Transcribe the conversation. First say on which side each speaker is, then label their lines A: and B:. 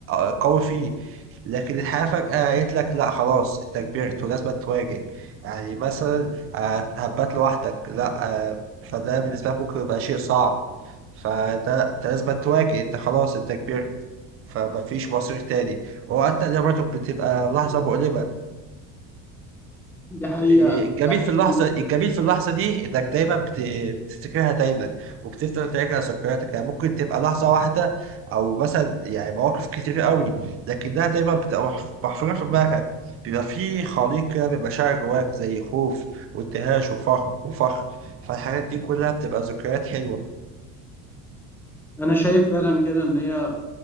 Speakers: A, on the right; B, in the centre.
A: آه، قوي فيه لكن الحياة فجأة قالت لك لا خلاص انت كبرت ولازم تواجه يعني مثلا آه، هبات لوحدك لا آه، فده بالنسبة لك ممكن يبقى شيء صعب فده انت لازم تواجه انت خلاص انت كبرت فمفيش مصير تاني وحتى ده برضه بتبقى لحظة مؤلمة
B: دي حقيقة
A: إيه،
B: أنا
A: الجميل
B: بحس
A: في اللحظة
B: إن
A: الجميل في اللحظة دي إنك دايما بت- بتفتكرها دايما وبتفضل تراجع ذكرياتك يعني ممكن تبقى لحظة واحدة أو مثلا يعني مواقف كتير قوي لكنها دايما بتبقى محف- محفورة في دماغك بيبقى في خليط كده من مشاعر جواك زي خوف وابتهاج وفخر وفخر فالحاجات دي كلها بتبقى ذكريات حلوة
B: أنا شايف فعلا كده إن هي